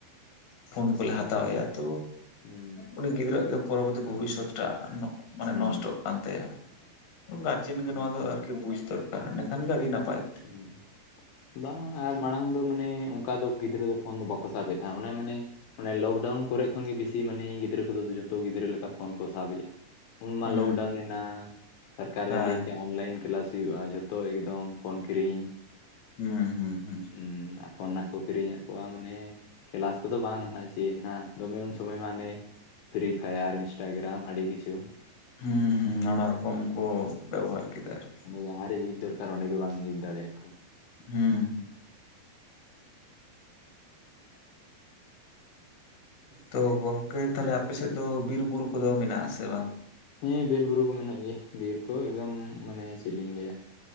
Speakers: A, on the left; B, on the left.
A: ᱯᱷᱳᱱ ᱠᱚᱞᱮ ᱦᱟᱛᱟᱣᱼᱟᱭᱟ ᱛᱳ
B: ᱦᱩᱸ
A: ᱩᱱᱤ ᱜᱤᱫᱽᱨᱟᱹᱣᱟᱜ ᱜᱮ ᱯᱚᱨᱚᱵᱚᱨᱛᱤ ᱵᱷᱚᱵᱤᱥᱥᱚᱛ ᱴᱟᱜ ᱱᱚᱜ ᱢᱟᱱᱮ
B: ᱦᱩᱸ
A: ᱱᱚᱥᱴᱚᱜ ᱠᱟᱱ ᱛᱟᱭᱟ ᱜᱟᱨ ᱪᱮᱱ ᱜᱮ
B: ᱦᱩᱸ
A: ᱱᱚᱣᱟ ᱫᱚ ᱟᱨᱠᱤ ᱵᱩᱡ ᱫᱚᱨᱠᱟᱨ ᱮᱱᱮᱠᱷᱟᱱ ᱜᱮ ᱟᱹᱰᱤ ᱱᱟᱯᱟᱭ ᱾
B: ᱦᱩᱸᱢ ᱵᱟᱝ ᱟᱨ ᱢᱟᱲᱟᱝ ᱫᱚ ᱢᱟᱱᱮ ᱚᱱᱠᱟ ᱫᱚ ᱜᱤᱫᱽᱨᱟᱹ ᱯᱷᱳᱱ ᱫᱚ ᱵᱟᱠᱚ ᱥᱟᱵ ᱮᱫᱟ ᱚᱱᱮ ᱢᱟᱱᱮ ᱢᱟᱱᱮ ᱞᱚᱠᱰᱟᱣᱩᱱ ᱠᱚᱨᱮ ᱠᱷᱚᱱ ᱜᱮ ᱵᱮᱥᱤ ᱢᱟᱱᱮ ᱜᱤᱫᱽᱨᱟᱹ ᱠᱚᱫᱚ ᱡᱚᱛᱚ ᱜᱤᱫᱽᱨᱟᱹ ᱞᱮᱠᱟ ᱯᱷᱳᱱ ᱠᱚ, ᱥᱟᱵᱮᱼᱟ ᱩᱱ ᱢᱟ
A: ᱦᱩᱸ
B: ᱞᱚᱠᱰᱟᱣᱱ ᱮᱱᱟ ᱥᱚᱨᱠᱟᱨᱮ
A: ᱦᱮᱸ
B: ᱞᱟᱹᱭ ᱠᱨᱭᱟ ᱞᱟᱭᱤᱱ ᱠᱮᱞᱟᱥ ᱦᱩᱭᱩᱜᱼᱟ ᱡᱷᱚᱛᱚ ᱮᱠᱫᱚᱢ ᱯᱷᱳᱱ ᱠᱤᱨᱤᱧ,
A: ᱦᱩᱸ ᱦᱩᱸ ᱦᱩᱸ ᱦᱩᱸ
B: ᱦᱩᱸ ᱟᱻ ᱯᱷᱳᱚᱱ ᱱᱟᱷᱟᱜ ᱠᱚ ᱠᱤᱨᱤᱧᱮᱫ ᱠᱚᱣᱟ ᱢᱟᱱᱮ, ᱠᱮᱞᱟᱥ ᱠᱚᱫᱚ ᱵᱟᱝ ᱦᱟᱱᱟᱜ ᱪᱮᱫ ᱱᱟᱷᱟᱜ ᱫᱚᱢᱮ ᱩᱱ ᱥᱚᱢᱚᱭ ᱢᱟ ᱦᱟᱱᱮ, ᱯᱷᱨᱤ ᱯᱷᱟᱭᱟᱨ ᱤᱱᱥᱴᱟᱜᱨᱟᱢ ᱟᱹᱰᱤ ᱠᱤᱪᱷᱩ,
A: ᱦᱩᱸ ᱦᱩᱸ ᱱᱟᱱᱟ ᱨᱚᱠᱚᱢ ᱠᱚ ᱵᱮᱵᱷᱟᱨ ᱠᱮᱫᱟ ᱟᱨᱠᱤ
B: ᱡᱟᱜᱟᱭ ᱨᱮ ᱤᱭᱩᱡᱽ ᱫᱚᱨ ᱟᱨ ᱚᱸᱰᱮ ᱜᱮ ᱵᱟᱝ ᱤᱭᱩᱡᱽ ᱫᱟᱲᱮᱭᱟᱜ ᱠᱚᱱ
A: ᱦᱩᱸ ᱦᱩᱸ, ᱛᱚ ᱜᱚᱝᱠᱮ ᱛᱟᱞᱦᱮ ᱟᱯᱮ ᱥᱮᱫ ᱫᱚ ᱵᱤᱨ ᱵᱩᱨᱩ ᱠᱚᱫᱚ ᱢᱮᱱᱟᱜ ᱟᱥᱮ ᱵᱟᱝ?
B: ᱦᱮᱸ ᱵᱤᱨ ᱵᱩᱨᱩ ᱠᱚ ᱢᱮᱱᱟᱜ ᱜᱮᱭᱟ ᱵᱤᱨ ᱠᱚ ᱮᱠᱫᱚᱢ ᱢᱟᱱᱮ ᱞᱤᱧ ᱞᱟᱹᱭᱟ ᱾